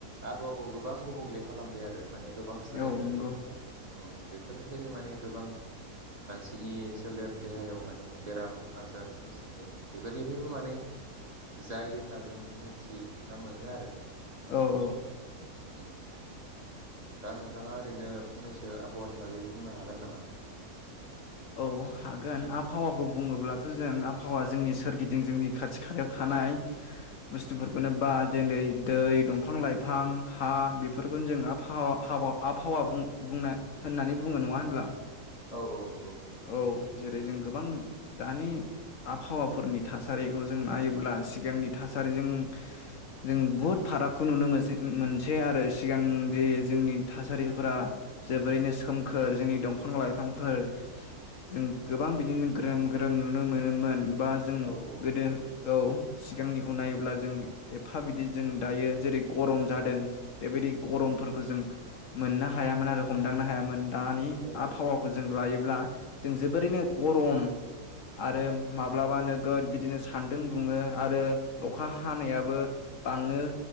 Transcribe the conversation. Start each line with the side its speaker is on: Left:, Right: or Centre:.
Right: आबहावाखौ गोबां गुबुंले खालामबाय आरो माने गोबां सोलायनायखौ
Left: औ नंगौ
Right: जों औ बेफोरनिफ्रायनो माने गोबां मानसिनि सोलेर देहायाव माने बेराम आजार सोमजिनाय बेफोरनिफायबो माने जायो होनना जों मोन थि ना मोनो आरो।
Left: औ ओ।
Right: उम दा नोंथाङा ओरैनो फंनैसो आबहावानि बागै बुंनो हागोन नामा?
Left: औ हागोन आबहावाखौ बुङोब्लाथ' जों आबहावा जोंनि सोरगिदिं जोंनि खाथि खालायाव थानाय। बुस्थुफोरखौनो बा दोलै दै दंफां- लाइफां हा बेफोरखौनो जों आबहावा हावा आबहावा बुं बुंना होननानै बुङो नङा होनब्ला?
Right: औ- औ नंगौ
Left: औ जेरै जों गोबां दानि आबहावाफोरनि थासारिखौ जों नायोब्ला सिगांनि थासारिजों जों बुहुद फारागखौ नुनो मोनसै मोनसेै आरो सिगां जे जोंनि थासारिफोरा जोबोरैनो सोमखोर जोंनि दंफां -लाइफांफोर। जों गोबां बिदिनो ग्रोम ग्रोम नुनो मोनोमोन। बा जों
Right: औ औ
Left: गोदो औ सिगांनिखौ नायोब्ला जों एफा बिदि जों दायो जेरै गरम जादों। बेबायदि गरमफोरखौ जों मोननो हायामोन आरो हमदांनो हायामोन। दानि
Right: औ
Left: आबहावाखौ जों लायो ब्ला जों जोबोरैनो गरम आरो माब्लाबा नोगोद बिदिनो सान्दुं दुङो, आरो अखा हानायाबो बाङो